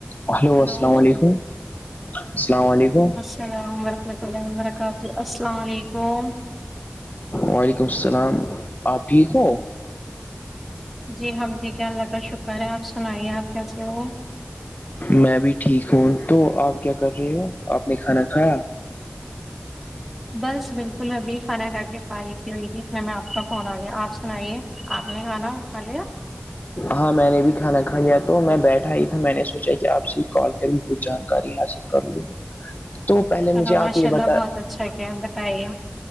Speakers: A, on the left; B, in the centre.
A: چ hello
B: hello
A: السلام وعلیکم السلام وعلیکم
B: السلام ورحمۃ اللہ وبرکاتہ السلام علیکم
A: وعلیکم السلام آپ ٹھیک ہو
B: جی ہم ٹھیک ہے اللہ کا شکر ہے آپ سنائیے آپ کیسے ہو
A: میں بھی ٹھیک ہوں تو آپ کیا کر رہے ہو آپ نے کھانا کھایا
B: بس بالکل ابھی کھانا ک کے فارغ ہوئی تھی اتنا میں آپ کا فون آ گیا آپ سنائیے آپ نے کھانا کھا لیا
A: ہاں میں نے بھی کھانا کھایا تو میں بیٹھا ہی تھا میں نے سوچا کہ آپ سے کال کری جانکاری حاصل کر لوں تو پہلے
B: چلو
A: مجھے آپ
B: ماشاء
A: یہ
B: اللہ
A: بتا
B: بہت اچھا کیا بتائیے